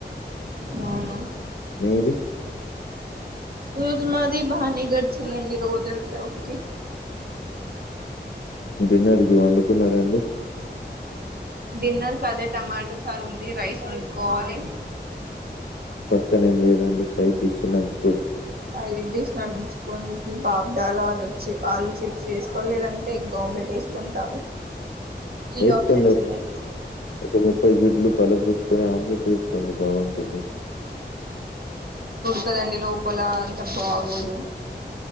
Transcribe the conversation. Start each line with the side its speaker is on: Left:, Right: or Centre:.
Right: అవున
Left: మీది
Right: రోజు మాది బానే గడిచిందండి రోజంతా ఓకే
Left: డిన్నర్కి వండుకున్నార అండి
Right: డిన్నర్ క అదే టమాటా చారు ఉంది. రైస్ వండుకోవాలి.
Left: పక్కనే ఏం లేదండి సైడ్ డిస్టబెన్స్
Right: ఆ ఇడ్డిష్ నంచుకోని పాపడాలు ఆలు చిప్స్ ఆలు చిప్స్ వేసుకోలేదంటే, ఎగ్ ఆమ్లెట్ వేసుకుంటాము. త్రీ
Left: ఏస్కోన్
Right: ఆప్షన్స్
Left: డ్
Right: ఉన్నాయి
Left: ఉహు పై గుడ్లు పలగొట్టుకుని ఆమ్లేట్ వేసుకోండి బాగుంటుంది.
Right: పదండి లోపలా అంత బాగోదు